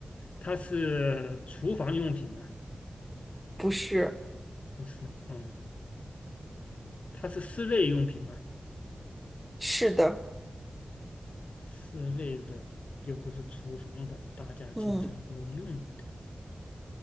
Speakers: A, on the left; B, in the centre.
A: 它是厨房用品吗？
B: 不是？
A: 不是，嗯，它是室内用品吗？
B: 是的，
A: 室内的又不是厨房的，大家经常都用的。
B: 嗯，